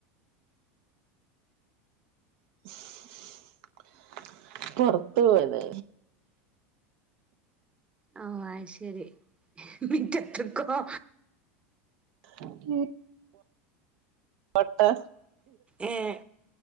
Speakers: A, on the right (about 65°); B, on the right (about 15°).
A: <inaudible> പൊറത്തു പോയതായിന്.
B: ആഹ് അയ് ശരി മിറ്റത്ത്ക്കോ.
A: <inaudible> വട്ടാ
B: ഏഹ്